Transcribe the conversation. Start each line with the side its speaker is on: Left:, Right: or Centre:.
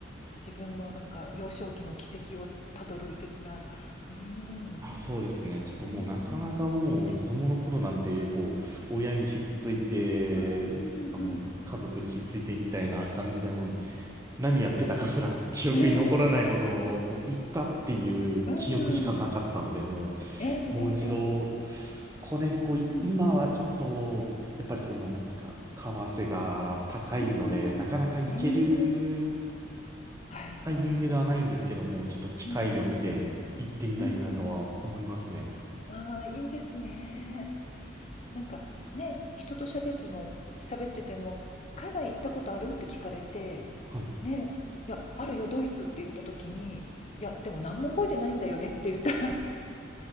Left: 自分のなんか幼少期の軌跡をたどる的な、うん。
Right: あ、そうですね。ちょっともうなかなかもう子供の頃なんて、
Left: ええ、え、
Right: こう、親にひっついて、
Left: うんうんうん。
Right: あの、家族にひっついてみたいな感じでもう、何やってたかすら記憶に残らないほど、
Left: <laughs>
Right: もう行ったっていう記憶しかなかったので、
Left: うん、
Right: も
Left: ええええええ。
Right: う、もう一度、こうね、こう、い今はちょっと、
Left: うん。
Right: やっぱりその、なんですか、為替が高いので、
Left: うんうんんねえ。
Right: なかなか行ける
Left: はいはい。
Right: タイミングではないんですけども、ちょっと機会を見て行ってみたいなとは思いますね。
Left: うん。うんうん。ああ、いいですね。なんか、ね、人と喋っても喋ってても、「海外行ったことある？」って聞かれて、
Right: はい。
Left: ね、「いや、あるよ、ドイツ」って言った時に、「いや、でも何も覚えてないんだよね」って言ったら、